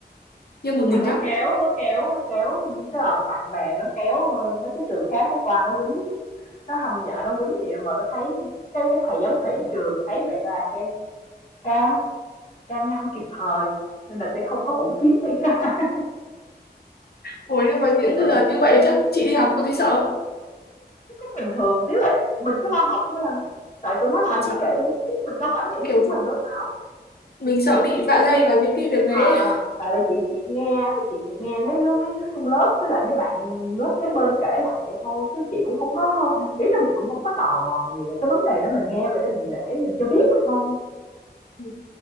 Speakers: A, on the left (about 65°); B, on the left (about 45°).
A: Nhưng mà
B: mà
A: nghịch
B: nó
A: lắm
B: kéo nó kéo nó kéo tức là bạn bè nó kéo ờ, mấy cái trường khác nó qua nó quýnh nó hâm dọa nó quýnh gì mà nó thấy cái cái thầy giám thị trường thấy vậy ra cái can can ngăn kịp thời nên là sẽ không có hỗn chiến xảy ra <laughs>
A: Ủa nhưng mà những
B: vậy
A: cái đợt như vậy chắc chị đi học có thấy sợ không?
B: nó cũng bình thường nếu mà mình cứ lo học thôi à tại tụi nó làm
A: Sợ
B: gì kệ tụi nó chứ mình đâu có ảnh hưởng
A: kiểu
B: gì tới mình đâu Thảo
A: mình sợ bị vạ lây vào những cái việc đấy
B: À, tại vì chị chị nghe thì chị chị nghe mấy lớp mấy đứa trong lớp với lại mấy bạn lớp kế bên kể lại vậy thôi chứ chị cũng không có
A: ấy.
B: ý là mình cũng không có tò mò nhiều về cái vấn đề đó mình nghe vậy để mình để mình cho biết vậy thôi
A: Ừ,